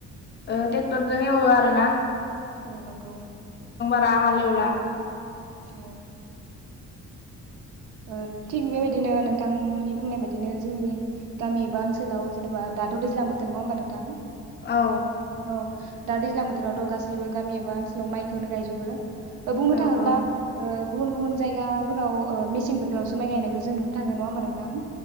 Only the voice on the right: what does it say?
औ नंगौ।
औ। ओ थिग बेबायदिनो नोंथांनि बुंनाय बायदिनो जोंनि गामि एबा ओनसोलाव जेनेबा दाथ' दैज्लां बोथोर नङा होमबा नोंथां।
औ दा दैज्लां बोथोरावथ' गासैबो गामि एबा ओनसोलाव माइखौ होनो गायजोबो बुंनो
थाङोब्ला
ओ गुबुन गुबुन जायगाफोराव ओ मेस सें बोथोरावसो माइ गायनायखो जोंनो नुनो थांनो नंआ होनबा नोंथां?